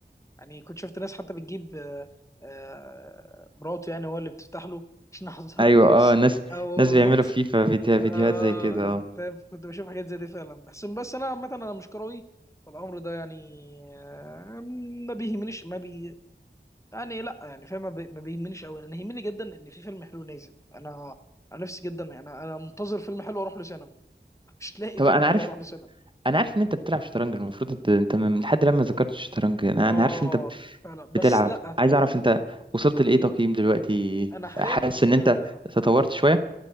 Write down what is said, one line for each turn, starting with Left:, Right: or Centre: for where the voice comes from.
Left: يعني كنت شفت ناس حتى بتجيب آه، آه، مراته يعني هو اللي بتفتح له عشان حظها
Right: ايوه
Left: كويس
Right: اه ناس
Left: او
Right: ناس
Left: بالظبط
Right: بيعملوا فيفا
Left: <laughs>
Right: فيديو فيديوهات
Left: آه،
Right: زي كده اه
Left: فاهم كنت بشوف حاجات زي دي فعلا بحس إن- بس انا عامه انا مش كروي فالامر ده يعني آه، ما بيهمنيش ما بي يعني لا يعني فاهم ما بي- ما بيهمنيش قوي انا يهمني جدا ان في فيلم حلو نازل انا انا نفسي جدا يعني انا أنا منتظر فيلم حلو اروح له سينما مش تلاقي
Right: طب
Left: فيلم
Right: انا
Left: حلو
Right: عارف
Left: اروح له سينما
Right: انا عارف ان انت بتلعب شطرنج المفروض انت انت من لحد لما ذكرت الشطرنج انا
Left: اه
Right: انا عارف انت
Left: فعلا بس
Right: بتلعب
Left: لا
Right: عايز اعرف انت وصلت لايه تقييم دلوقتي
Left: انا حاليا
Right: حاسس ان انت
Left: آه
Right: تطورت شويه